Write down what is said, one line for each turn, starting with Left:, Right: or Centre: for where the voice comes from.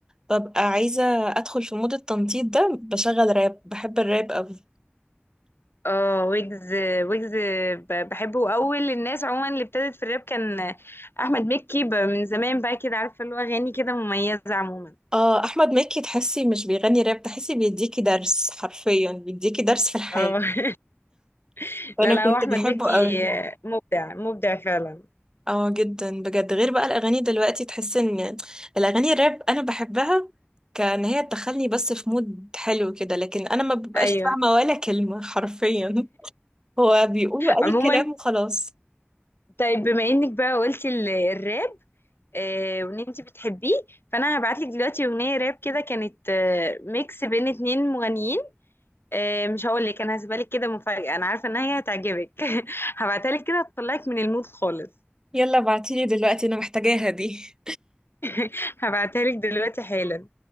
Right: ببقى عايزة أدخل في مود التنطيط ده بشغل راب بحب الراب أوي
Left: اه ويجز ويجز ب- بحبه اول الناس عموما اللي ابتدت في الراب كان احمد مكي ب- من زمان بقى كده عارفه اللي هو اغاني كده مميزه عموما
Right: اه أحمد مكي تحسي مش بيغني راب تحسي بيديكي درس حرفيا بيديكي درس في الحياة
Left: اه <laughs>
Right: وأنا
Left: لا لا
Right: كنت
Left: هو احمد
Right: بحبه
Left: مكي
Right: أوي
Left: مبدع مبدع فعلا
Right: اه جدا بجد غير بقى الأغاني دلوقتي تحس إن الأغاني الراب أنا بحبها كان هي تدخلني بس في مود حلو كده لكن أنا ما ببقاش
Left: ايوه
Right: فاهمة ولا كلمة <laughs> حرفيا هو بيقولوا
Left: عموما
Right: أي كلام وخلاص
Left: طيب بما انك بقى قلتي ال- الراب آه، وان انت بتحبيه فانا هبعتلك دلوقتي اغنيه راب كده كانت آه، ميكس بين اتنين مغنيين آه، مش هقول لك انا هسيبها لك كده مفاجاه انا عارفه ان هي هتعجبك <laughs> هبعتها لك كده هتطلعك من المود خالص
Right: يلا ابعتيلي دلوقتي أنا محتاجاها دي
Left: <laughs> هبعتها لك دلوقتي حالا